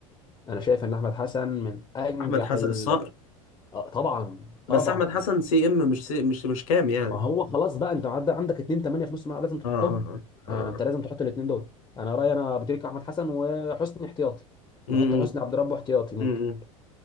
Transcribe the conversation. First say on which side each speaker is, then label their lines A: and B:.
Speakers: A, on the left; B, on the left.
A: انا شايف ان احمد حسن من انجح
B: احمد حسن
A: ال...
B: الصقر
A: آه، طبعا طبعا
B: بس احمد حسن سي ام مش سي مش مش كام يعني
A: ما هو خلاص بقى انت عدى عندك 2 8 في نص الملعب لازم تحطهم
B: اه اه اه
A: آه،
B: اه
A: انت لازم تحط الاثنين دول انا رايي انا بتريكة احمد حسن وحسني احتياطي
B: امم
A: نحط حسني عبد ربه احتياطي ممكن
B: امم